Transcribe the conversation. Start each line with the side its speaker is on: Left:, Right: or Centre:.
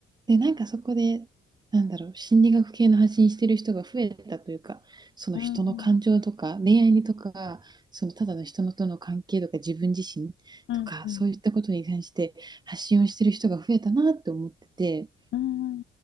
Right: で、なんかそこで、なんだろう、心理学系の発信してる人が増えたというか、その人の感情とか、
Left: うん
Right: 恋愛にとか、そのただの人のとの関係とか、自分自身とか、
Left: うんうん
Right: そういったことに関して発信をしてる人が増えたなって思ってて、
Left: うん